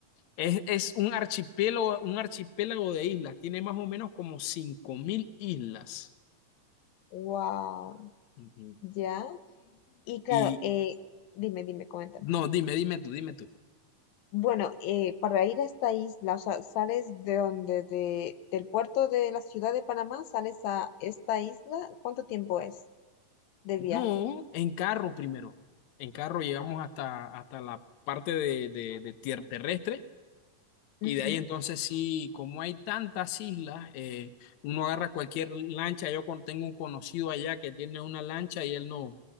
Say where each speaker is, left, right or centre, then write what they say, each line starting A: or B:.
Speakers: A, on the left (about 65°); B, on the left (about 90°).
A: es, es un archipiélago, un archipiélago de islas, tiene más o menos como 5.000 islas.
B: Wow,
A: Ujú.
B: ya. Y claro,
A: Y
B: eh, dime, dime, coméntame.
A: no, dime, dime tú, dime tú.
B: Bueno, eh, para ir a esta isla, o sea, sales de donde, de, del puerto de la ciudad de Panamá, sales a esta isla, ¿cuánto tiempo es de viaje?
A: No, en carro primero. En carro llegamos hasta, hasta la parte de, de, de tierra terrestre.
B: Ujú.
A: Y de ahí entonces sí, como hay tantas islas, eh, uno agarra cualquier lancha. Yo con- tengo un conocido allá que tiene una lancha y él no,